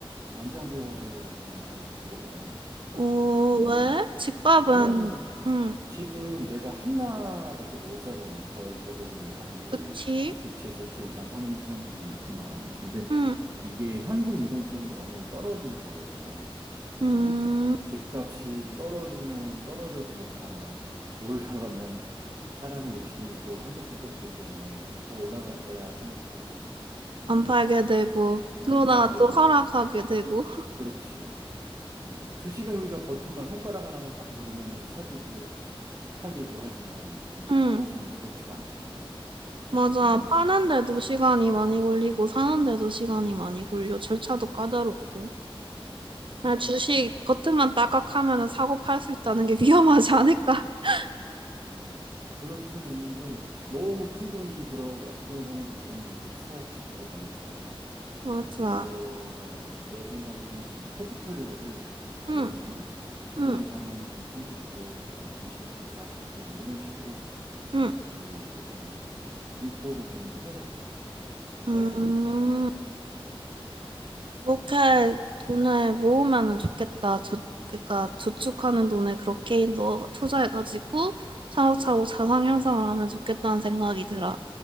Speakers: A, on the right; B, on the right.
A: 안정적인 거라고 보거든.
B: 어,
A: 왜냐,
B: 왜? 집값은
A: 왜냐면
B: 응,
A: 집은 내가 하나밖에 못 사잖아. 거의 대부분의 사람들이.
B: 그치?
A: 두 채, 세 채 이상 사는 사람들도 있지만. 근데
B: 응,
A: 이게 현금 유동성이 너무 떨어지는 거거든. 그리고
B: 음,
A: 집값이 떨어지면 떨어져서 못 팔아. 올라가면 사람의 욕심이 또 한도 끝도 없기 때문에 더 올라갈 거야 생각하고, 이,
B: 안 팔게 되고
A: 못
B: 그러다가
A: 팔게
B: 또
A: 되고.
B: 하락하게 되고.
A: 그렇지. 어, 주식은 우리가 버튼만 손가락 하나만 딱 누르면은 사지고, 팔리고 하지만 이
B: 응.
A: 부동산은 그렇지가 않잖아.
B: 맞아.
A: 그런데
B: 파는데도 시간이 많이 걸리고, 사는데도 시간이 많이 걸려. 절차도 까다롭고. 만약
A: 맞아.
B: 주식 겉으만 딱딱 하면 사고 팔 수 있다는 게 위험하지 않을까? <laughs>
A: 어, 그럴 순 있는데 너무 큰 돈이 들어가 부동산에 보통 뭐 수억씩 들어가니까
B: 맞아.
A: 그거가 내 생각에는 좀 포트폴리오를
B: 응,
A: 본인이 부동산
B: 응,
A: 30%뭐 주식 40%뭐 이런 식으로
B: 응,
A: 그 조금 분포를 좀 해야 될 것 같아. 배분을
B: 음.
A: 잘.
B: 그렇게
A: 음.
B: 돈을 모으면 좋겠다. 저, 그러니까 저축하는 돈을 그렇게 넣 투자해가지고 차곡차곡 자산 형성을 하면 좋겠다는 생각이 들어.